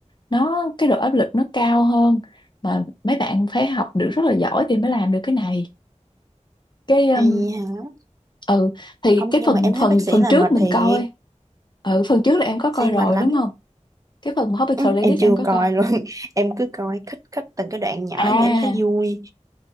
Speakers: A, on the left (about 35°); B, on the right (about 25°).
A: nó cái độ áp lực nó cao hơn mà mấy bạn phải học được rất là giỏi thì mới làm được cái này cái um,
B: ai hả
A: ừ thì
B: không
A: cái
B: nhưng
A: phần
B: mà em thấy
A: phần
B: bác sĩ
A: phần
B: là
A: trước
B: mệt
A: mình
B: thiệt
A: coi ừ phần trước là em có coi
B: sĩ
A: rồi
B: mệt lắm
A: đúng không cái phần mà hospital
B: Ừ,
A: playlist
B: em
A: em
B: chưa
A: có
B: coi
A: coi
B: luôn <laughs> em cứ coi khích khích từng cái đoạn nhỏ
A: à
B: mà em thấy vui